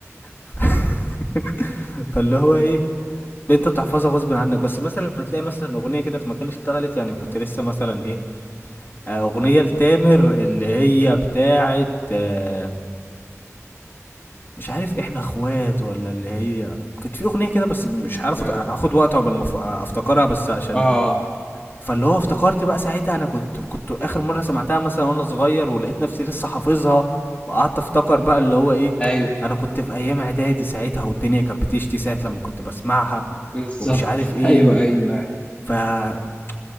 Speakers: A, on the left (about 40°); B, on the left (about 20°).
A: <laughs> فاللي هو ايه انت بتحفظها غصب عنك بس مثلا لما تلاقي مثلا اغنيه كده في مكان اشتغلت يعني كنت لسه مثلا ايه آه، اغنيه لتامر اللي هي بتاعه آه، مش عارف احنا اخوات ولا اللي هي كانت في اغنيه كده بس مش عارف
B: اه
A: أت- اخد وقت عقبال ما أف- افتكرها بس عشان
B: آه.
A: فاللي هو افتكرت بقى ساعتها انا كنت كنت اخر مره سمعتها مثلا وانا صغير ولقيت نفسي لسه حافظها وقعدت افتكر بقى اللي هو ايه
B: ايوه
A: انا كنت في ايام اعدادي ساعتها والدنيا كانت بتشتي ساعه لما كنت بسمعها
B: بالظبط
A: ومش عارف
B: <laughs>
A: ايه
B: ايوه ايوه أيوة.
A: فاللي